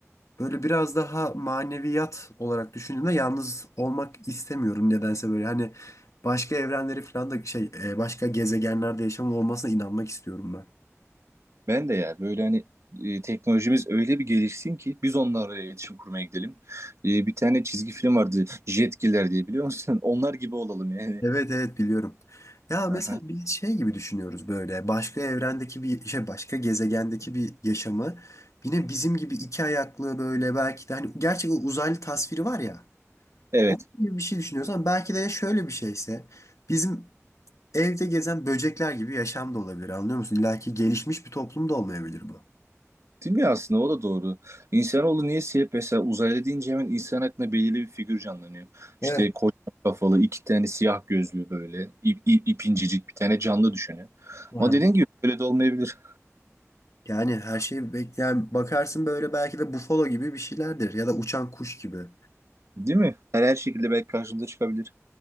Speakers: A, on the left (about 75°); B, on the right (about 65°).
A: Böyle biraz daha maneviyat olarak düşündüğümde yalnız olmak istemiyorum nedense böyle hani başka evrenleri falan da şey e, başka gezegenlerde yaşamın olmasına inanmak istiyorum ben.
B: Ben de ya böyle hani e, teknolojimiz öyle bir gelişsin ki biz onlarla iletişim kurmaya gidelim. E, bir tane çizgi film vardı Jetgiller diye biliyor musun? <laughs> Onlar gibi olalım yani.
A: Evet evet biliyorum. Ya mesela
B: Aha.
A: biz şey gibi düşünüyoruz böyle başka evrendeki bir şey başka gezegendeki bir yaşamı yine bizim gibi iki ayaklı böyle belki de hani gerçek uzaylı tasviri var ya
B: Evet.
A: onun gibi bir şey düşünüyorsan belki de ya şöyle bir şeyse bizim evde gezen böcekler gibi yaşam da olabilir anlıyor musun? İlla ki gelişmiş bir toplum da olmayabilir bu.
B: Değil mi aslında o da doğru. İnsanoğlu niye hep mesela uzaylı deyince hemen insan aklına belirli bir figür canlanıyor.
A: Evet.
B: İşte kocaman kafalı iki tane siyah gözlü böyle ip, ip, ip bir tane canlı düşünüyor.
A: Aha.
B: Ama dediğin gibi öyle de olmayabilir.
A: Yani her şeyi bekleyen bakarsın böyle belki de bufalo gibi bir şeylerdir ya da uçan kuş gibi.
B: Değil mi? Her, her şekilde belki karşımıza çıkabilir.